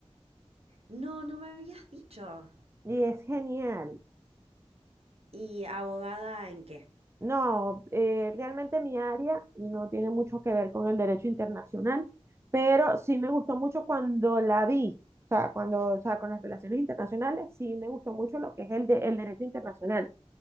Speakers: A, on the right; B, on the right.
A: No, no me habías dicho.
B: Y es genial.
A: ¿Y abogada en qué?
B: No, eh, realmente mi área no tiene mucho que ver con el derecho internacional, pero sí me gustó mucho cuando la vi, o sea, cuando, o sea, con las relaciones internacionales, sí me gustó mucho lo que es el, de- el derecho internacional.